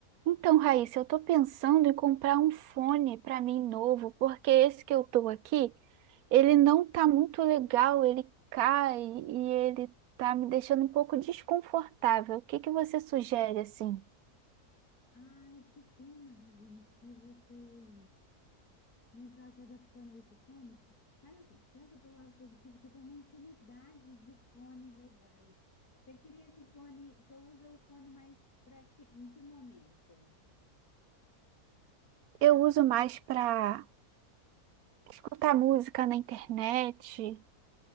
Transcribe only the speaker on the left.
Ai, que pena, Ravine, que você não está se adaptando a esse fone. Mas assim, pensa pelo lado positivo que tem uma infinidade de fone legais. Você queria esse fone, você usa o fone mais para que, em que momento?